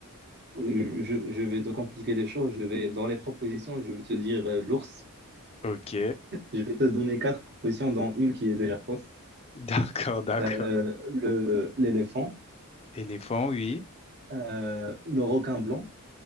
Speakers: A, on the right; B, on the left.
A: je, je vais te compliquer les choses. Je vais, dans les propositions, je vais te dire euh, l'ours.
B: Ok,
A: Je vais te donner quatre propositions, dont une qui est déjà fausse.
B: <laughs> d'accord, d'accord.
A: Euh, le, l'éléphant,
B: Éléphant, oui.
A: euh, le requin blanc,